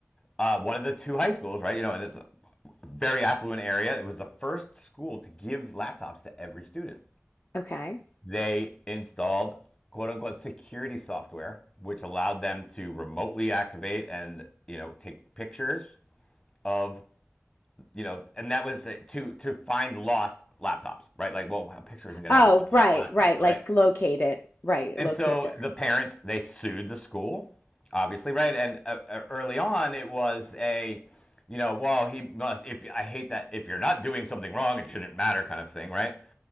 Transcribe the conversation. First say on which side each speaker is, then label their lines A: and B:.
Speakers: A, on the left; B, on the left.
A: Uh, one of the two high schools, right? You know, and it's a very affluent area. It was the first school to give laptops to every student.
B: okay
A: they installed quote unquote security software, which allowed them to remotely activate and you know take pictures of you know, and that was uh, to to find lost laptops, right? Like, well, a picture isn't going to
B: oh
A: help you find a
B: right
A: lost laptop,
B: right
A: right?
B: like locate it right
A: And
B: locate
A: so
B: there
A: the parents they sued the school, obviously, right? And uh, uh, early on, it was a you know, well, he must. If I hate that, if you're not doing something wrong, it shouldn't matter, kind of thing, right?